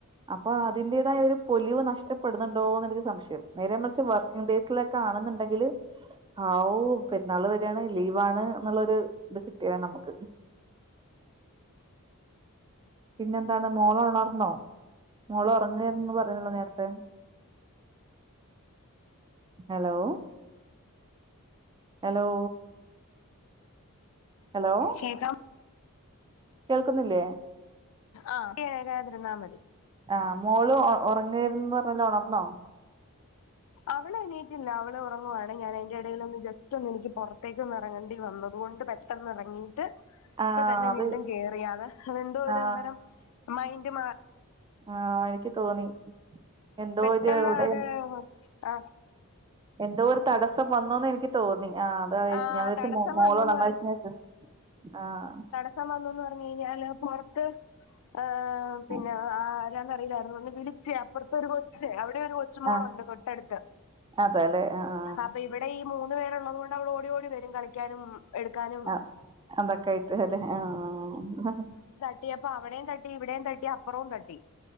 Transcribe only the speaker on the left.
കേക്കാമോ?
ആഹ് <unintelligible> തിരുന്നാ മതി
അവള് എണീറ്റില്ല. അവള് ഉറങ്ങുവാണ് ഞാനെ യ്ന്റെ എടേലൊന്ന് ജസ്റ്റൊന്നെനിക്ക് പുറത്തേക്കൊന്നെറങ്ങേണ്ടി വന്നതുകൊണ്ട് പെട്ടെന്നെറങ്ങി ട്ട്
ഇപ്പ തന്നെ
വീണ്ടും കേറിയതെ അതെന്തോ
ഒര് അന്നേരം മൈൻഡ് മാ
പെട്ടെന്നാത്
ആഹ്
ആ
തടസ്സം
വന്നുന്ന്
ച്ചൻ വന്നൂന്ന് പറഞ്ഞ് കഴിഞ്ഞാല് പൊറത്ത് ആഹ് പിന്നെ
ആരാന്നറിയില്ലായിരുന്നു വിളിച്ച് അപ്പറത്തൊരു കൊച്ച് അവിടെ ഒരു കൊ ച്ചു മോളുണ്ട്
തൊട്ടടുത്ത്
അപ്പ ഇവിടെ ഈ മൂന്ന് പേരുള്ളത് കൊണ്ട് അവള് ഓടി ഓടി വരും കളിക്കാനും എടുക്കാനും
ട്ടിയപ്പം അവിടെയും തട്ടി ഇവിടെയും തട്ടി അപ്പുറവും തട്ടി.